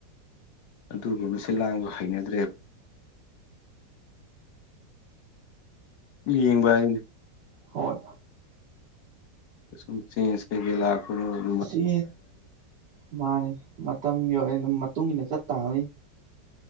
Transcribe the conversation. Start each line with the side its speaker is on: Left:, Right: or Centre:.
Left: ꯑꯗꯨꯒꯒꯤ ꯃꯁꯦ ꯂꯥꯡꯕ ꯍꯩꯅꯗ꯭ꯔꯦꯕ ꯌꯦꯡꯕ ꯑꯗꯨ
Right: ꯍꯣꯏ
Left: ꯀ ꯆꯖ ꯀꯥ ꯀꯩꯅꯣ
Right: ꯑꯁꯤ ꯃꯥꯅꯤ ꯃꯇꯝꯒꯤ ꯑꯣꯏꯅ ꯃꯇꯨꯡ ꯏꯟꯅ ꯆꯠ ꯇꯥꯕꯅꯤ